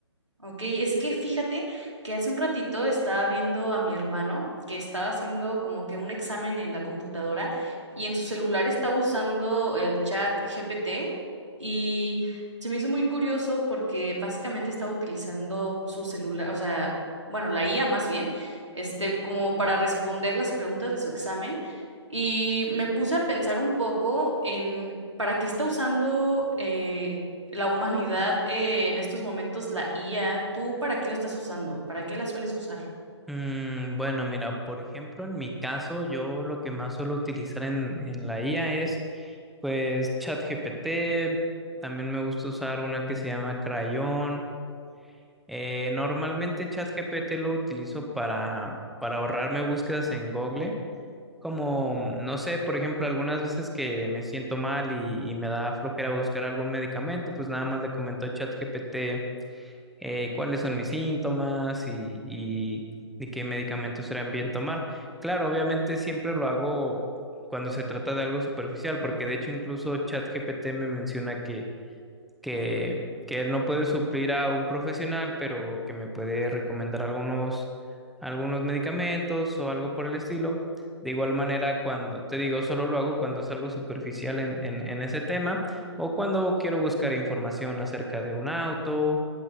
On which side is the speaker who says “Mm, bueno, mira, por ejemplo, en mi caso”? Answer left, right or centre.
Centre